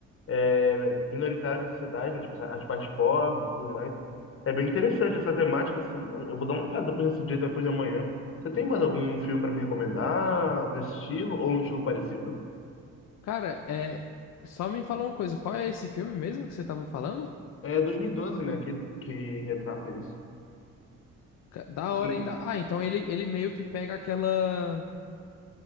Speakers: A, on the left; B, on the left.
A: é, minoritárias da sociedade, né? As pessoas- as partes pobres e tudo mais. É bem interessante essa temática, assim, mano. Eu vou dar uma olhada depois nesse dia, depois de amanhã. Você tem mais algum filme pra me recomendar nesse estilo, ou um estilo parecido?
B: Cara, é. Só me fala uma coisa, qual é esse filme mesmo que você tava falando?
A: É 2012, né, que, que retrata isso.
B: Ca- Da
A: E-
B: hora
A: e-
B: ainda.
A: e-
B: Ah, então ele, ele meio que pega aquela.